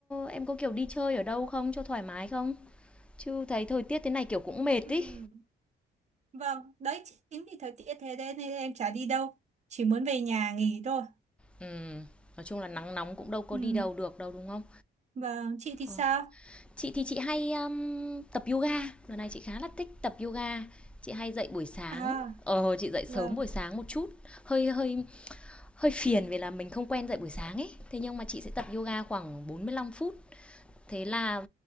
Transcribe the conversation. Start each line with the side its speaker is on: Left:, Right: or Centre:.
Centre: em có, kiểu, đi chơi ở đâu không cho thoải mái không? Chứ thấy thời tiết thế này, kiểu, cũng mệt
Right: Ừm,
Centre: ấy.
Right: Vâng, đấy chính vì thời tiết thế đấy nên em chả đi đâu, chỉ muốn về nhà nghỉ thôi.
Centre: Ừm, nói chung là nắng nóng cũng đâu có
Right: Ừm,
Centre: đi đâu được đâu, đúng không?
Right: Vâng, chị thì
Centre: Ờ.
Right: sao?
Centre: Chị thì chị hay, ờm, tập yoga, lần này chị khá là thích tập yoga. Chị hay dậy buổi sáng,
Right: À,
Centre: ờ, chị dậy sớm
Right: vâng.
Centre: buổi sáng một chút, hơi hơi hơi phiền vì là mình không quen dậy buổi sáng ấy. Thế nhưng mà chị sẽ tập yoga khoảng 45 phút, thế là